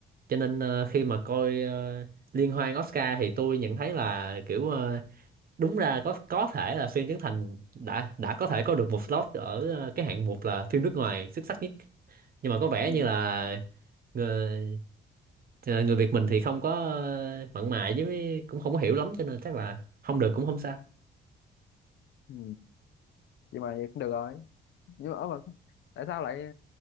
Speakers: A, on the right; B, on the left.
A: cho nên ờ, khi mà coi ờ, liên hoan Oscar thì tôi nhận thấy là kiểu ờ, đúng ra có có thể là phim Trấn Thành đã đã có thể có được một slot ở ờ, cái hạng mục là phim nước ngoài xuất sắc nhất nhưng mà có vẻ
B: ừ.
A: như là người ờ, người Việt mình thì không có ờ, mặn mà với mấy- cũng không có hiểu lắm cho nên chắc là không được cũng không sao
B: Ừ. vậy mà vậy cũng được rồi nhưng mà ở mà tại sao lại